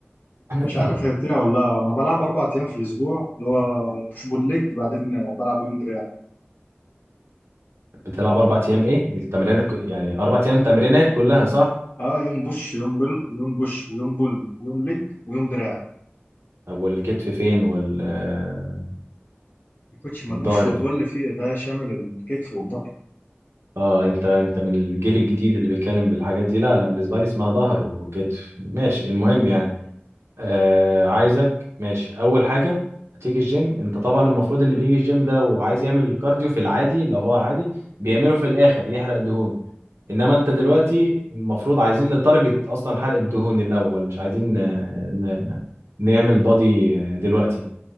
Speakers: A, on the right (about 85°); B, on the left (about 55°).
A: <coughs>
B: مش عارف هي كتيرة ولا لا. انا بلعب اربع ايام في الاسبوع اللي هو بوش بول ليج بعدين بلعب يوم دراع
A: بتلعب اربع ايام ايه التمرين يعني اربع ايام التمرينات كلها صح
B: اه يوم بوش يوم بل يوم بوش ويوم بول ويوم لج ويوم دراع
A: طب والكتف فين وال آه،
B: الكوتش ما
A: والظهر
B: البوش والبول
A: ف-
B: فيه ده شامل الكتف والظهر
A: اه انت انت من الجيل الجديد اللي بيتكلم بالحاجات دي لا انا بالنسبه لي اسمها ظهر وكتف ماشي المهم يعني آه عايزك ماشي اول حاجه هتيجي الجيم انت طبعا المفروض اللي بيجي الجيم ده وعايز يعمل كارديو في العادي لو هو عادي بيعمله في الاخر يحرق دهون انما انت دلوقتي المفروض عايزين نتارجت اصلا حرق الدهون الاول مش عايزين آه، ن- ن- نعمل بادي آه، دلوقتي